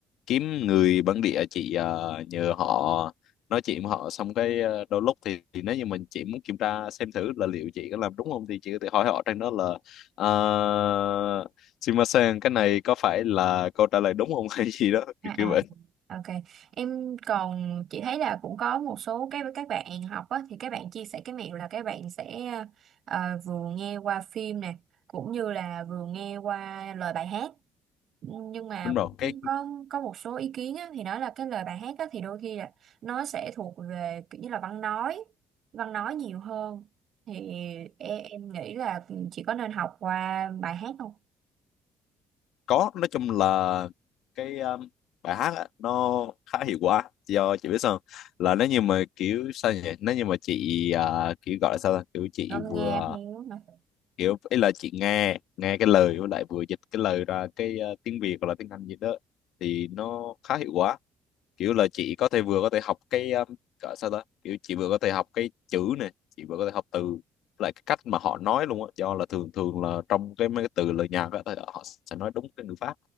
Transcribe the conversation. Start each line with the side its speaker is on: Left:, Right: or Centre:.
Left: kiếm người bản địa chị ờ, nhờ họ nói chuyện với họ xong cái ờ, đôi lúc thì, thì nếu như mình chị muốn kiểm tra xem thử là liệu chị có làm đúng không thì chị có thể hỏi họ trên đó là uh, Shimasen cái này có phải là câu trả lời đúng không <laughs> hay gì đó
Right: À,
Left: kiểu
Right: à,
Left: kiểu vậy
Right: à, ok. Em còn chị thấy là cũng có một số cái các bạn học á, thì các bạn chia sẻ cái mẹo là các bạn sẽ ờ, vừa nghe qua phim nè, cũng như là vừa nghe qua lời bài hát. Nhưng mà
Left: đúng rồi
Right: cũng
Left: cái
Right: có có một số ý kiến á, thì nói là cái lời bài hát á, thì đôi khi là nó sẽ thuộc về kiểu như là văn nói, văn nói nhiều hơn. Thì em, em nghĩ là ừ, chị có nên học qua bài hát không?
Left: có nói chung là cái um, bài hát á, nó khá hiệu quả do chị biết sao không? là nếu như mà kiểu sao nhỉ nếu như mà chị à, kiểu gọi là sao ta? kiểu chị
Right: Ngâm
Left: vừa
Right: nghe theo hả?
Left: kiểu ý là chị nghe nghe cái lời với lại vừa dịch cái lời ra cái ờ, tiếng Việt hoặc là tiếng Anh gì đó thì nó khá hiệu quả kiểu là chị có thể vừa có thể học cái um, gọi sao đó kiểu chị vừa có thể học cái chữ này chị vừa có thể học từ lại cái cách mà họ nói luôn á do là thường thường là trong cái mấy cái từ lời nhạc á thì họ sẽ nói đúng cái ngữ pháp